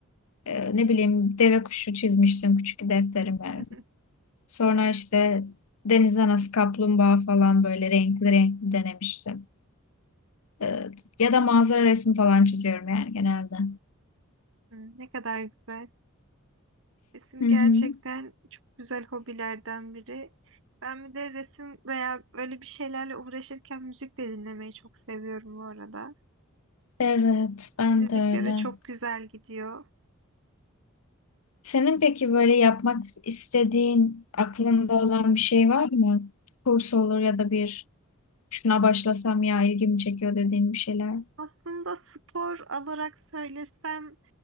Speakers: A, on the left; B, on the right.
A: Ee, ne bileyim deve kuşu çizmiştim küçük defterime.
B: <laughs>
A: Sonra işte deniz anası kaplumbağa falan böyle renkli renkli denemiştim. Ee, ya da manzara resmi falan çiziyorum yani genelde.
B: Hmm, Ne kadar güzel. Resim
A: Hı
B: gerçekten
A: hı.
B: çok güzel hobilerden biri. Ben bir de resim veya öyle bir şeylerle uğraşırken müzik de dinlemeyi çok seviyorum bu arada.
A: Evet, ben
B: Müzikte
A: de öyle.
B: de çok güzel gidiyor.
A: Senin peki böyle yapmak istediğin, aklında olan bir şey var mı? Kurs olur ya da bir şuna başlasam ya ilgimi çekiyor dediğin bir şeyler.
B: Aslında spor olarak söylesem